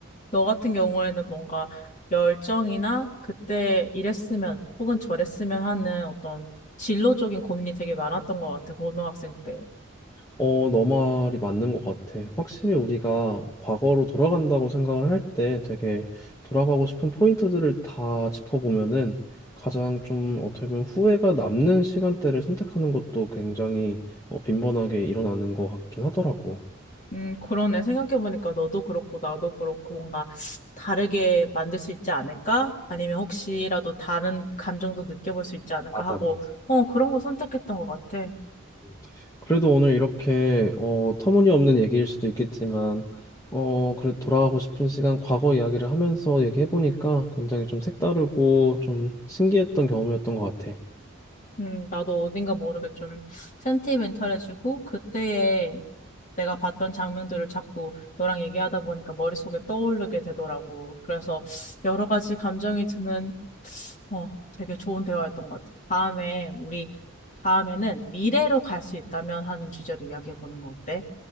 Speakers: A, on the left; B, on the left.
A: 너 같은 경우에는 뭔가 열정이나 그때 이랬으면 혹은 저랬으면 하는 어떤 진로적인 고민이 되게 많았던 것 같아, 고등학생 때.
B: 어, 너 말이 맞는 것 같아. 확실히 우리가 과거로 돌아간다고 생각을 할 때 되게 돌아가고 싶은 포인트들을 다 짚어보면은 가장 좀 어떻게 보면 후회가 남는 시간대를 선택하는 것도 굉장히 어, 빈번하게 일어나는 것 같긴 하더라고.
A: 음, 그러네. 생각해보니까 너도 그렇고 나도 그렇고 뭔가 다르게 만들 수 있지 않을까? 아니면 혹시라도 다른 감정도 느껴볼 수 있지 않을까
B: 맞아,
A: 하고,
B: 맞아.
A: 어, 그런 거 선택했던 것 같아.
B: 음. 그래도 오늘 이렇게 어, 터무니없는 얘기일 수도 있겠지만 어, 그래 돌아가고 싶은 시간 과거 이야기를 하면서 얘기해보니까 굉장히 좀 색다르고 좀 신기했던 경험이었던 것 같아.
A: 음, 나도 어딘가 모르게 좀 센티멘탈해지고 그때의 내가 봤던 장면들을 자꾸 너랑 얘기하다 보니까 머릿속에 떠오르게 되더라고. 그래서 여러 가지 감정이 드는 어, 되게 좋은 대화였던 것 같아. 다음에 우리 다음에는 미래로 갈 수 있다면 하는 주제로 이야기해 보는 거 어때?